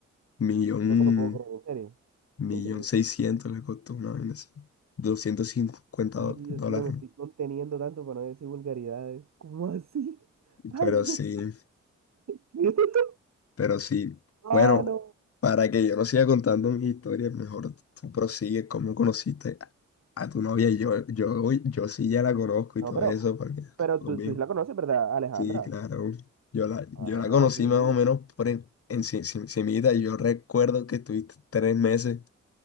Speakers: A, on the left; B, on the right.
A: Millón. Millón
B: no te lo puedo creer, en serio, en serio.
A: seiscientos le costó una vaina así. 250
B: Ay,
A: do-
B: Dios
A: dólares.
B: mío, me estoy conteniendo tanto para no decir vulgaridades. ¿Cómo así? <laughs> Anda,
A: Pero sí,
B: ¿qué?
A: pero sí.
B: Ah,
A: Bueno,
B: no.
A: para que yo no siga contando mi historia, mejor tú prosigue cómo conociste a, a tu novia. Yo, yo, yo sí ya la conozco y
B: No,
A: todo
B: pero,
A: eso, porque
B: pero
A: todo
B: tú,
A: bien.
B: tú sí la conoces, ¿verdad, Alejandra?
A: Sí, claro. Yo la,
B: Ah,
A: yo la conocí
B: sí.
A: más o menos por en, en, ci- ci- cimita, y Yo recuerdo que estuviste tres meses